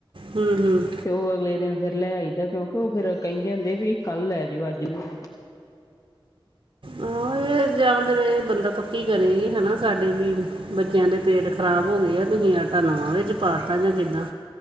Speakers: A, on the right; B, on the left.
A: ਹੂੰ ਹੂੰ
B: ਤੇ ਉਹ ਅਗਲੇ ਦਿਨ, ਫੇਰ ਲੈ ਆਈਦਾ, ਕਿਉਂਕਿ ਉਹ ਫਰ ਕਹਿੰਦੇ ਹੁੰਦੇ, ਵੀ ਕੱਲ ਲੈ ਜਾਓ ਅੱਜ ਵੀ <inaudible> <inaudible>
A: ਆਹੋ ਇਹ, ਯਾਦ ਰਹੇ, ਬੰਦਾ ਪੱਕੀ ਕਰੇ। ਹਨਾ ਸਾਡੇ ਵੀ ਬੱਚਿਆਂ ਦੇ ਪੇਟ ਖ਼ਰਾਬ ਹੋ ਗਏ ਆ, ਤੁਸੀਂ ਆਟਾ ਨਵਾਂ ਵਿੱਚ ਪਾਤਾ ਜਾਂ ਕਿੱਦਾਂ।